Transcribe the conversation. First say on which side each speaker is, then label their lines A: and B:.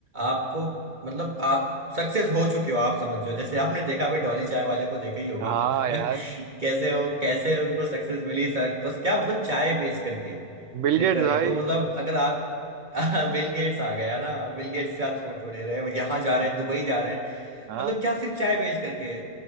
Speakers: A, on the right; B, on the right.
A: आपको मतलब आप सक्सेस हो चुके हो आप समझो जैसे आपने देखा भी डॉली चाय वाले को देखा ही होगा
B: हाँ
A: <laughs>
B: यार
A: कैसे हो कैसे उनको सक्सेस मिली सर बस क्या मतलब चाय बेच करके
B: बिल
A: लिटरली
B: गेट्स भाई
A: तो मतलब अगर आप <laughs> बिल गेट्स आ गया ना बिल गेट्स के साथ फोटो ले रहे हैं यहाँ जा रहे
B: हाँ
A: हैं दुबई जा रहे हैं
B: हाँ
A: मतलब क्या सिर्फ चाय बेच करके